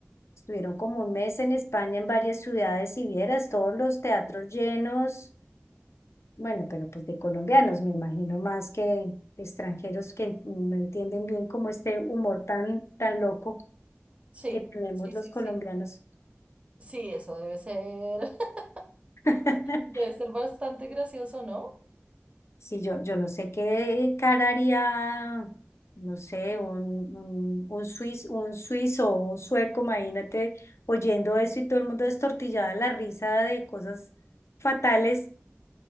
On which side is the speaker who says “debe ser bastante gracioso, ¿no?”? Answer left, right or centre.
Right